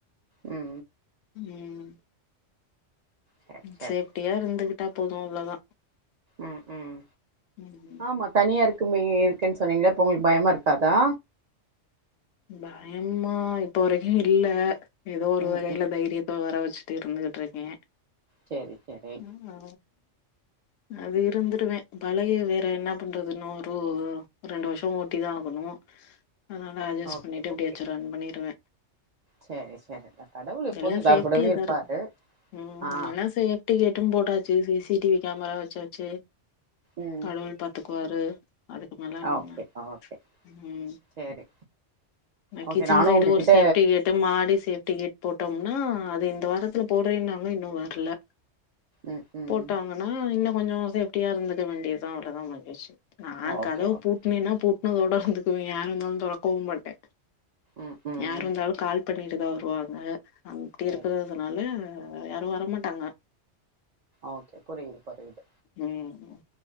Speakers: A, on the right; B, on the left.
A: உம்
B: உம்
A: சேர் சேர்
B: சேப்டியாயிருந்து ட்டா போதோ அவ்ளோதா
A: ம் ம்
B: ம்
A: ஆமா தனியாயிரு க்குமே இருக்குன்னு சொன்னீங்களே அப்ப உங்களுக்கு பயமாயிருக்காதா
B: பயம்மா இப்ப வெரிக்கோ இல்ல ஏதோ ஒரு
A: ம்
B: வகையில
A: ம்
B: தைரியத்த வர வெச்சு ட்டு இருந்துகுட்டுயிருக்கே
A: சேரி சேரி
B: ஹா அது இருந்துடுவே பழகி வேற என்ன பண்றது இன்னோ ஒரு ரெண்டு வருஷோ ஓட்டிதா ஆகனோ அதனால
A: ஓகே
B: பண்ணிட்டு எப்டியாச்சோ
A: ஓகே
B: ரன் பண்ணிருவே
A: சேரி சேரி கடவுள் எப்போது
B: எல்லா
A: எல்லாரு
B: சேஃப்டியாதாயிருக்கு
A: கூடவே இருப்பாரு
B: உம்
A: ஆ
B: எல்லா சேஃப்டி கேட்டோ போட்டாச்சு சி சி டிவி கேமரா வெச்சாச்சு
A: ம்
B: கடவுள் பாத்துக்குவாரு அதுக்கு மேல
A: ஓகே
B: என்ன
A: ஓகே
B: உம்
A: சேரி ஓகே
B: கிச்சன்
A: நானு
B: சைடு
A: உங்ககிட்ட
B: ஒரு சேஃப்டி கேட்டு மாடி சேப்டி கேட் போட்டோம் ஆனா அது இந்த வாரத்துல போடுறேன்னாங்க இன்னோ வரல்ல
A: ம் ம்
B: போட்டாங்கன்னா இன்னோ கொஞ்சோ சேப்டியா இருந்துக்க வேண்டியதுதா அவ்ளோதா மகிழ்ச்சி நா
A: ஓகே
B: கதவ
A: ஓகே
B: பூட்டுனேன்னா பூட்டு னதோட இருந்துக்குவே யாரு வந்தாலோ தொறக்கவே மாட்டே
A: ம் ம்
B: யார் வந்தாலோ கால் பண்ணிட்டுதா வருவாங்க அப்டி
A: சேரி
B: இருக்குறதுனால
A: சேரி
B: யாரோ வரமாட்டாங்க
A: ஓகே புரியுது புரியுது
B: ம்